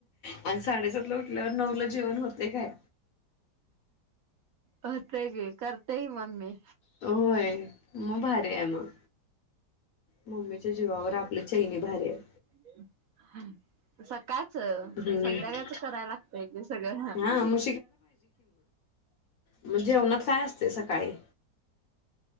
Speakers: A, on the left; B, on the right.
A: आणि साडेसातला उठल्यावर नऊला जेवण होतय काय?
B: होतंय गे करते मम्मी.
A: होय म भारी आहे म. मम्मीच्या जीवावर आपली चैनी भारी आहे.
B: <unintelligible> हा. सकाळचं
A: हम्म
B: संध्याकाळच कराय लागतय सगळं.
A: हा मग म जेवणात काय असते सकाळी.